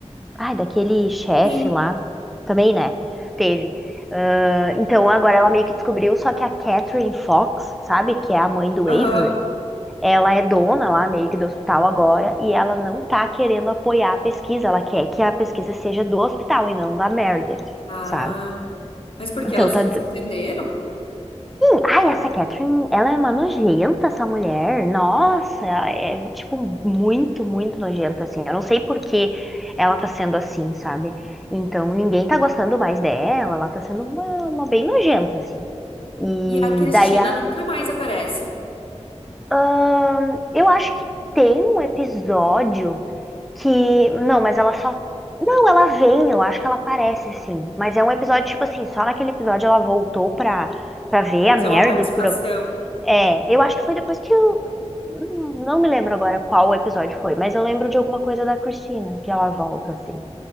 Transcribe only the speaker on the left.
Sim.
Aham.
Ah,
mas porque
elas
se desentenderam?
E a Cristina
nunca mais aparece.
Fazer
uma participação.